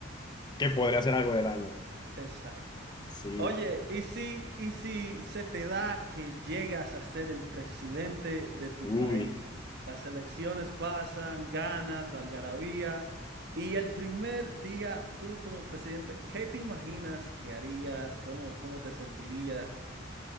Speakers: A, on the left; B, on the right.
A: que podría hacer algo de daño.
B: Exacto.
A: Sí,
B: Oye, ¿y si, y si se te da que llegas a ser el presidente de tu
A: uy,
B: país? Las elecciones pasan, ganas, la algarabía, y el primer día tú como presidente, ¿qué te imaginas que harías? ¿Cómo, cómo te sentirías?